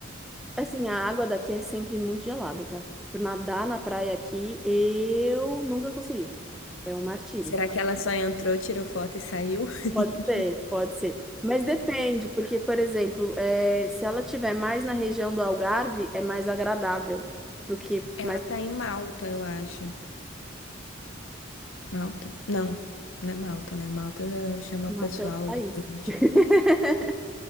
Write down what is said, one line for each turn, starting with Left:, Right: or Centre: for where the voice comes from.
Centre: assim, a água daqui é sempre muito gelada, tá? Por Nadar na praia aqui, eu nunca consegui. É um martírio.
Left: Será que ela só entrou, tirou foto e saiu? <laughs>
Centre: Pode ser, pode ser. Mas depende, porque, por exemplo, eh, se ela tiver mais na região do Algarve, é mais agradável do que
Left: Ela
Centre: mais
Left: tá em Malta, eu acho. Malta? Não, não é Malta, né? Malta chama
Centre: Malta
Left: o pessoal.
Centre: é outro país.
Left: coisa do tipo.
Centre: <laughs>